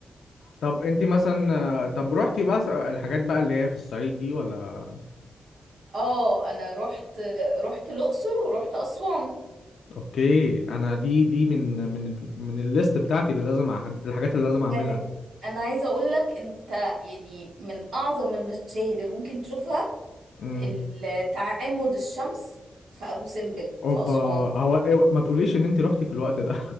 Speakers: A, on the left; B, on the right.
A: طب انت مثلا آه، طب روحتي بقى س- الحاجات بقى اللي هي في الصعيد دي ولا
B: اه انا رحت رحت الاقصر ورحت اسوان
A: اوكي انا دي دي من من من الليست بتاعتي اللي لازم أح- الحاجات اللي لازم اعملها
B: آه، انا عايزه اقول لك انت يعني من اعظم المشاهد اللي ممكن تشوفها
A: امم
B: ال- تعامد الشمس في ابو سمبل
A: اوبا
B: في اسوان
A: هو إيه، ما تقوليش ان انت روحتي في الوقت ده